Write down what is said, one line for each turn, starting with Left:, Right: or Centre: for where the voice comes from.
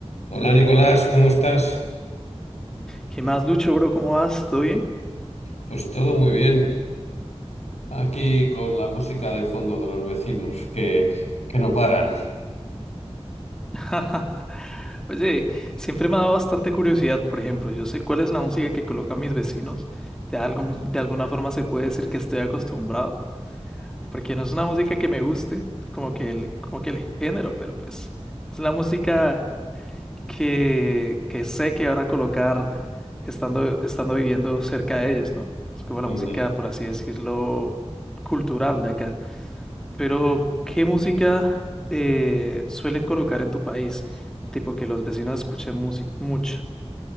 Left: Hola Nicolás, ¿cómo estás?
Centre: ¿Qué más, Lucho, bro? ¿Cómo vas? ¿Todo bien?
Left: Pues todo muy bien. Aquí con la música de fondo de los vecinos que, que no paran.
Centre: <laughs> Oye, siempre me ha dado bastante curiosidad, por ejemplo, yo sé cuál es la música que colocan mis vecinos, de algún, de alguna forma se puede decir que estoy acostumbrado, porque no es una música que me guste, como que el, como que el género, pero pues es la música que, que sé que van a colocar estando, estando viviendo cerca de ellos, ¿no? Es como
Left: Ya.
Centre: la música, por así decirlo, cultural de acá. Pero, ¿qué música eh, suelen colocar en tu país? Tipo que los vecinos escuchen música mucho.